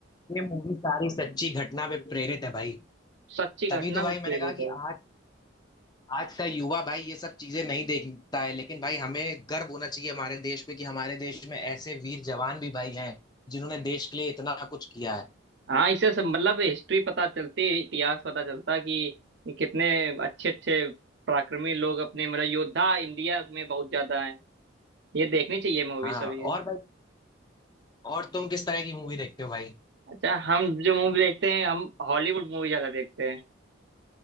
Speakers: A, on the left (about 20°); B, on the right (about 60°).
A: ये मूवी सारी सच्ची घटना पे प्रेरित है भाई
B: सच्ची घटना
A: तभी तो भाई
B: पे
A: मैंने
B: प्रेरित
A: कहा
B: है
A: कि आज आज का युवा भाई ये सब चीजें नहीं देखता है लेकिन भाई हमें गर्व होना चाहिए हमारे देश पे कि हमारे देश में ऐसे वीर जवान भी भाई हैं जिन्होंने देश के लिए इतना कुछ किया है
B: हाँ इससे सब मतलब हिस्ट्री पता चलती है इतिहास पता चलता कि कितने अच्छे अच्छे पराक्रमी लोग अपने मतलब योद्धा इंडिया में बहुत ज्यादा हैं ये देखनी चाहिए मूवी
A: हाँ
B: सब ये
A: और भाई और तुम किस तरह की मूवी देखते हो भाई
B: अच्छा हम जो मूवी देखते हैं हम हॉलीवुड मूवी ज्यादा देखते हैं